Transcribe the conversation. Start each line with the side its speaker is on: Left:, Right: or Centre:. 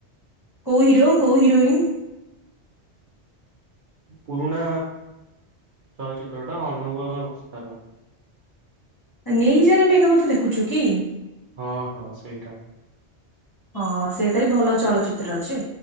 Left: କୋଉ ହିରୋ କୋଉ ହିରୋଇନ୍?
Right: ପୁରୁଣା ଚଳଚିତ୍ର ଟା ଅନୁଭବ ଆଉ ବର୍ଷା ର।
Left: ନେଇଯାରେ ମେଘ ମତେ ଦେଖୁଛୁ କି?
Right: ହଁ ହଁ ସେଇଟା।
Left: ହଁ ସେଇଟା ବି ଭଲ ଚଳଚିତ୍ର ଅଛି।